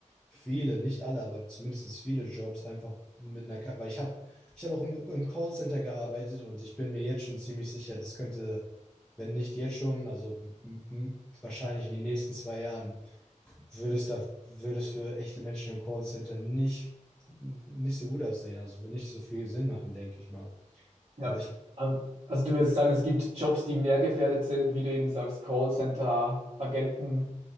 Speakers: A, in the centre; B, on the right.
A: viele, nicht alle, aber zumindest viele Jobs einfach mit einer, Ka- weil ich habe, ich habe auch im, im Callcenter gearbeitet und ich bin mir jetzt schon ziemlich sicher, das könnte, wenn nicht jetzt schon, also m- m- wahrscheinlich in den nächsten zwei Jahren würde es da, würde es für echte Menschen im Callcenter nicht, nicht so gut aussehen. Also würde nicht so viel Sinn machen, denke ich mal.
B: Ja.
A: Aber ich,
B: Ähm, Also du würdest sagen, es gibt Jobs, die mehr gefährdet sind, wie du eben sagst, Callcenter-Agenten,